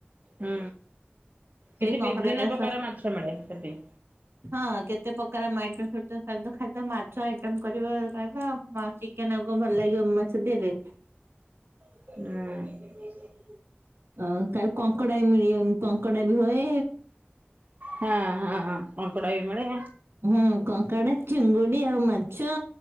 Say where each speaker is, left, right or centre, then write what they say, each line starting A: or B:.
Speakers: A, on the right; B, on the right.
A: ହୁଁ, ସେଠି
B: ଏଇ କଙ୍କଡା
A: ବିଭିନ୍ନ
B: କାଳେ
A: ପ୍ରକାର
B: ଶସ୍ତା
A: ମାଛ ମିଳେ ସେଠି।
B: ହଁ, କେତେ ପ୍ରକାରଇ <unintelligible> ମାଛ ଆଇଟ କରିବା ଖାଇବା ଆଉ ଚିକେନ କ ଭଲ ଲାଗିବ ମ ମାଛ ଧେରେ।
A: <unintelligible>
B: ଅ କା କଙ୍କଡା ବି ମିଳିବ କଙ୍କଡା ବି ହୁଏ।
A: ହଁ, ହଁଁ, କଙ୍କଡା ବି ମିଳେ।
B: ହଁ, କଙ୍କଡା, ଚିଙ୍ଗୁଡି, ଆଉ ମାଛ।